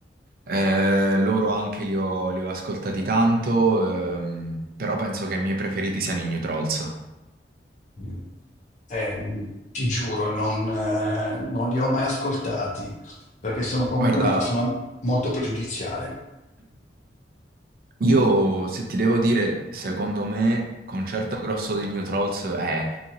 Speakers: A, on the right; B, on the left.
A: Eh, loro anche li ho, li ho ascoltati tanto, ehm, però penso che i miei preferiti siano i New Trolls.
B: Mm. Eh, ti giuro, non, eh, non li ho mai ascoltati perché sono comunque
A: Guarda,
B: una persona molto pregiudiziale.
A: io se ti devo dire, secondo me, Concerto Grosso dei New Trolls è